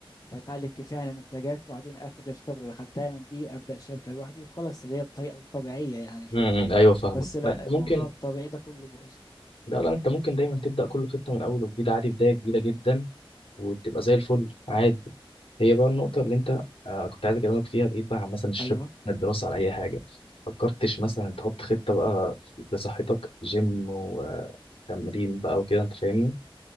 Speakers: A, on the left (about 35°); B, on the left (about 70°).
A: فأتعلم كفاية عن المنتجات وبعدين آخد الخبرة اللي خدتها من دي أبدأ شركة لوحدي وخلاص اللي هي الطريقة الطبيعية يعني شوية
B: امم ايوه فاهمك
A: بس لا
B: لا انت
A: الموضوع
B: ممكن
A: الطبيعي ده كله باظ بقى.
B: لا لا انت ممكن دايما تبدا كل خطه من اول وجديد عادي بدايه جديده جدا وتبقى زي الفل عادي هي بقى النقطة اللي انت آه كنت عايز اكلمك فيها بعيد بقى عن مثلا الشغل
A: أيوه
B: عن الدراسة عن اي حاجة فكرتش مثلا تحط خطة بقى لصحتك جيم وتمرين بقى وكده انت فاهمني